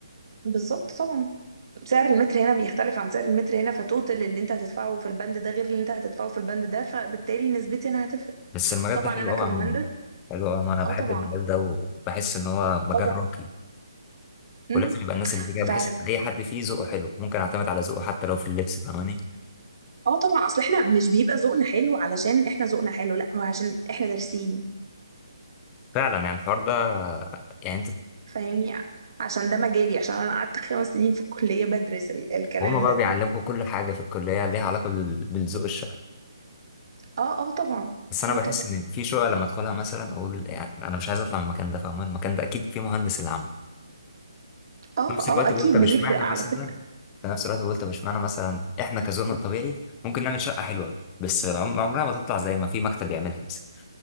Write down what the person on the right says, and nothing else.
بالظبط طبعا سعر المتر هنا بيختلف عن سعر المتر هنا فتوتال اللي انت هتدفعه في البند ده غير اللي انت هتدفعه في البند ده فبالتالي نسبتي انا هتفرق
طبعا
انا كمهندس
اه طبعا
طبعا
امم
ف
اه طبعا اصل احنا مش بيبقى ذوقنا حلو علشان احنا ذوقنا حلو لا هو عشان احنا دارسين
فاهمني عشان ده مجالي عشان انا قعدت خمس سنين في الكلية بدرس ال الكلام
ده
اه اه طبعا
اه
طبعا
اه
اه
اكيد
بيفرق
على
فكرة